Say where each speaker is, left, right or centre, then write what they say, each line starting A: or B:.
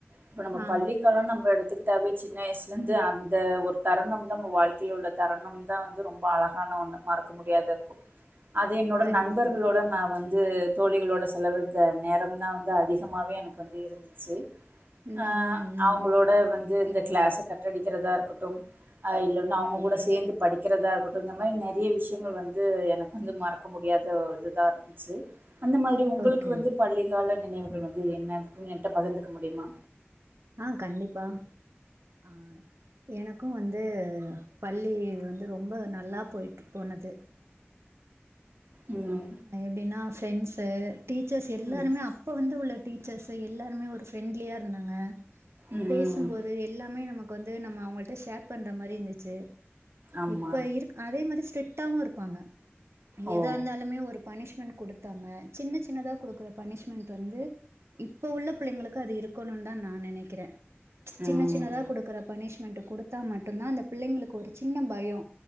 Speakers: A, on the right; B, on the right.
A: இப்ப நம்ம
B: ஆ
A: பள்ளிக்கால நம்ம எடுத்துக்கிட்டாவே சின்ன வயசுல இருந்து அந்த ஒரு தருணம் தா நம்ம வாழ்க்கையில உள்ள தருணம் தா வந்து ரொம்ப அழகான ஒன்னு மறக்க முடியாத இருக்கு அது என்னோட
B: கண்டிப்பா
A: நண்பர்களோட நா வந் து தோழிகளோட செலவழித்த நேரம்தா வந்து அதிகமாவே எனக்கு வந்து இருந்துச்சு
B: ம்
A: அ
B: ம் ம்
A: அவங்களோட வந்து இந்த கிளாஸ கட்டடிக்கிறதா இருக்கட்டு ஆ இல்லன்னா அவங்க
B: ம்
A: கூட சேர்ந்து படிக்கிறதா இருக்கட்டு இந்த மாரி நெறைய விஷயங்கள் வந்து எனக்கு வந்து மற க்க முடியாத இதுதா இருந்துச்சு அந்த மாரி உங்களுக்கு
B: ஓகே
A: வந்து பள்ளிக்கால நினைவுகள் வந்து என்னனு என்ட பகிர்ந்துக்க முடியுமா
B: ஆ கண்டிப்பா ஆ எனக்கு வந்து பள்ளி வந்து ரொம்ப நல்லா போய்ட்டு போனது
A: ம்
B: எப்படின்னா ஃப்ரெண்ட்ஸு டீச்சர்ஸ் எல்லாருமே
A: ம்
B: அப் இப்ப வந்து உள்ள டீச்சர்ஸு எல்லாருமே ஒரு ஃப்ரெண்ட்லியா இருந்தாங்க
A: ம்
B: பே சும் போது எல்லாமே நமக்கு வந்து நம்ம அவங்கள்ட ஷேர் பண்ற மாரி இருந்துச்சு
A: ஆமா
B: இப்ப இருக்க அதே மாரி ஸ்டெட்டாவு இருப்பாங்க
A: ஓ
B: எதா இருந்தாலு மே ஒரு பனிஷ்மெண்ட் குடுத்தாங்க சின்ன சின்னதா கொடுக்குற பனிஷ்மெண்ட் வந்து இப்போ உள்ள பிள்ளைங்களுக்கு அது இருக்கணுன் தா நா நினைக்கிறே சின்ன
A: ம்
B: சின்னதா கொடுக்குற பனிஷ்மெண்ட் கொடுத்தா மட்டுதா அந்த பிள்ளைங்களுக்கு ஒரு சின்ன பயோ